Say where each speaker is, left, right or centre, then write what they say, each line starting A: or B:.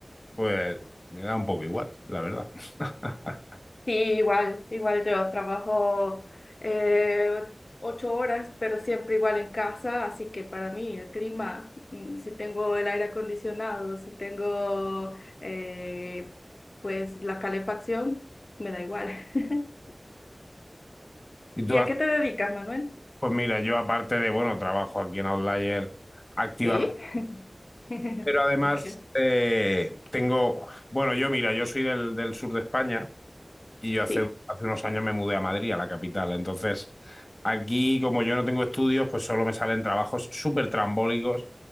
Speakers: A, on the left; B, on the left.
A: pues me da un poco igual, la verdad. <laughs>
B: Sí, igual, igual yo trabajo eh, ocho horas, pero siempre igual en casa, así que para mí el clima, mm, si tengo el aire acondicionado, si tengo eh, pues la calefacción, me da igual. <laughs>
A: Y tú,
B: ¿Y
A: has-
B: a qué te dedicas, Manuel?
A: pues mira, yo aparte de, bueno, trabajo aquí en Outlier activamente,
B: Sí. <laughs>
A: pero además
B: Okay.
A: eh, tengo, bueno, yo mira, yo soy del, del sur de España Y yo hace,
B: Sí,
A: hace unos años me mudé a Madrid, a la capital. Entonces, aquí, como yo no tengo estudios, pues solo me salen trabajos súper trambólicos.